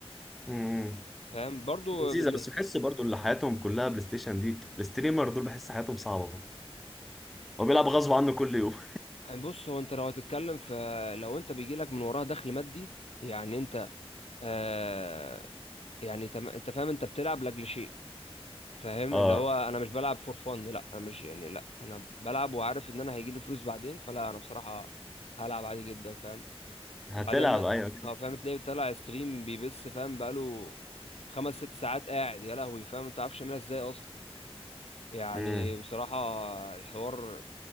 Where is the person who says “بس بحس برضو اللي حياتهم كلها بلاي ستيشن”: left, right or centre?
Centre